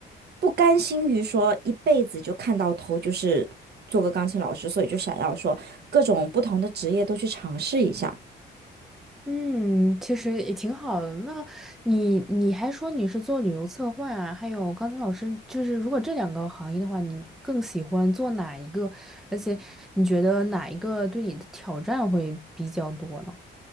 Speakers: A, on the right; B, in the centre.
A: 不甘心于说一辈子就看到头就是做个钢琴老师，所以就想要说各种不同的职业都去尝试一下。
B: 嗯，其实也挺好的。那你你还说你是做旅游策划啊，还有刚才老师就是，如果这两个行业的话，你更喜欢做哪一个？而且你觉得哪一个对你的挑战会比较多呢？